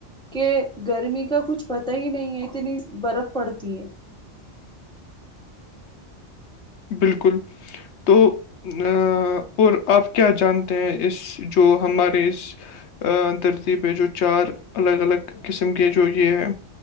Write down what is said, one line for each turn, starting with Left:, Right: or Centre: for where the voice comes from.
Centre: کہ گرمی کا کچھ پت ہی نہیں ہے اتنی برف پڑتی ہے
Left: بالکل تو ا اور آپ کیا جانتے ہیں اس جو ہمارے اس درتی پہ جو چار الگ الگ قسم کے جو یہ ہے